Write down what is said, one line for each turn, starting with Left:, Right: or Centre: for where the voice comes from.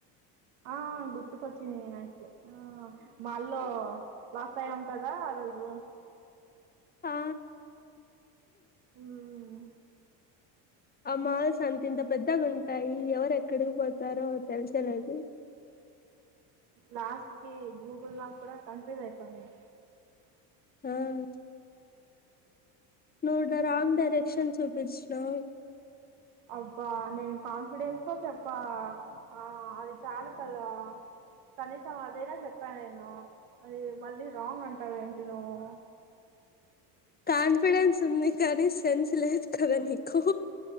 Right: ఆ గుర్ గుర్తుకొచ్చింది నాకి ఆహ్ మాల్లో వాస్తావమే కదా ఆ రోజు.
Left: ఆ
Right: ఉమ్.
Left: ఆహ్ మాల్స్ అంత ఇంత పెద్దగ ఉంటాయి ఎవరు ఎక్కడికి పోతారో తెలుస నీకు.
Right: లాస్ట్ కి గూగుల్ మ్యాప్ కూడా కన్ఫ్యూజ్ అయిపోయినయి.
Left: ఉమ్. నువ్వు కూడా రాంగ్ డైరెక్షన్ చూపించినవు.
Right: అబ్బా నేను కాన్ఫిడెన్స్ తో చెప్పా ఆహ్ అది చాలు కదా. కనీసం అ పోయినా చెప్పానెను అది మళ్ళీ రాంగ్ అంటావెంటి నువ్వు
Left: కాన్ఫిడెన్స్ ఉంది కానీ సెన్స్ లేదు కదా నీకు